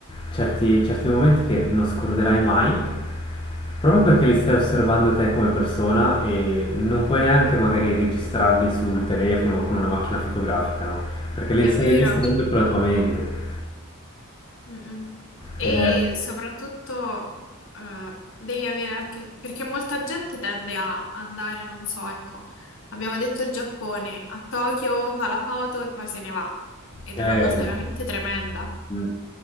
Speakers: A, on the left (about 20°); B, on the left (about 60°).
A: certi, certi momenti che non scorderai mai, proprio perché li stai osservando te come persona e non puoi neanche magari registrarli sul telefono o con una macchina fotografica, no? Perché li
B: è
A: stai
B: vero.
A: registrando con la tua mente
B: Mm-mm. E
A: ed è
B: soprattutto eh, devi avere anche... perché molta gente tende a andare, non so, ecco, abbiamo detto il Giappone, a Tokyo fa la foto e poi se ne va. Ed
A: Eh,
B: è una cosa
A: presente.
B: veramente tremenda.
A: Mm.